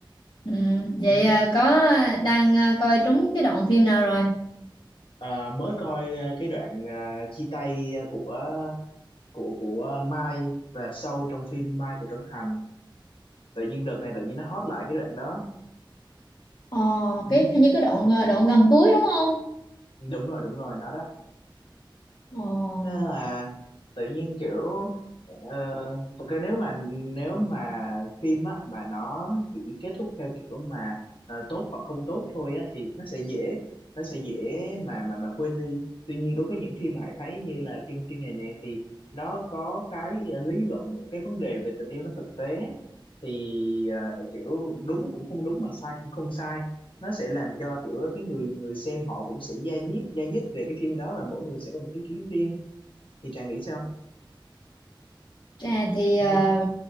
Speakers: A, on the left; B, on the left.
A: Ừ. Vậy
B: ừ.
A: à, có à, đang à, coi trúng cái đoạn phim nào rồi?
B: À, mới coi à, cái đoạn à, chia tay à, của của của Mai và Sâu trong phim Mai của Trấn Thành tự nhiên đợt này tự nhiên nó hot lại cái đoạn đó
A: Ồ,
B: ừ,
A: cái hình như cái đoạn à, đoạn gần cuối đúng không?
B: đúng rồi đúng rồi nó đó
A: Ồ.
B: thế là tự nhiên kiểu ờ, thật ra nếu mà nếu mà phim á mà nó chỉ kết thúc theo kiểu mà ờ, tốt hoặc không tốt thôi á thì nó sẽ dễ nó sẽ dễ mà mà mà quên đi tuy nhiên đối với những phim mà Hải thấy như là phim phim này nè thì nó có cái ờ, lý luận những cái vấn đề về tình yêu nó thực tế thì ờ, kiểu đúng cũng không đúng mà sai cũng không sai nó sẽ làm cho kiểu cái người người xem họ cũng sẽ da diết da dứt về cái phim đó và mỗi người sẽ có một ý kiến riêng thì Trà nghĩ sao
A: À, thì
B: ừ
A: ờ,